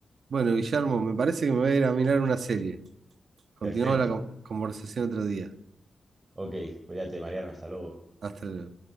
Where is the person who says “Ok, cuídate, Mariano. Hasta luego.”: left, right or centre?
Right